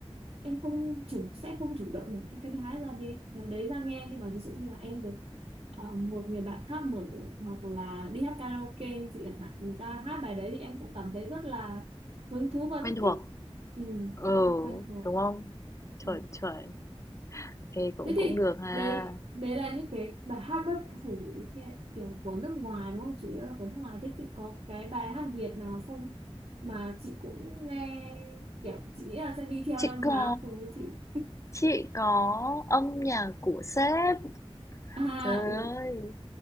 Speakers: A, on the right (about 80°); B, on the left (about 30°).
A: em không chủ sẽ không chủ động mở những cái đá ra đi là đấy ra nghe nhưng mà ví dụ như là em được ờ, một người bạn khác mở hoặc là đi hát karaoke chị chẳng hạn người ta hát bài đấy thì em cũng cảm thấy rất là hứng thú và
B: quen
A: rất
B: thuộc.
A: thích ừ,
B: Ừ,
A: rất là quen thuộc
B: đúng không?
A: ừ.
B: Chuẩn, chuẩn. Ê, cũng
A: thế thì
B: cũng được ha.
A: đấy đấy là những cái bài hát bất hủ theo kiểu của nước ngoài đúng không chủ yếu là của nước ngoài thế chị có cái bài hát Việt nào không mà chị cũng nghe kiểu chị nghĩ là sẽ đi theo
B: Chị
A: năm
B: có,
A: tháng cùng với chị
B: chị có âm nhạc của sếp.
A: à
B: Trời
A: ừ
B: ơi.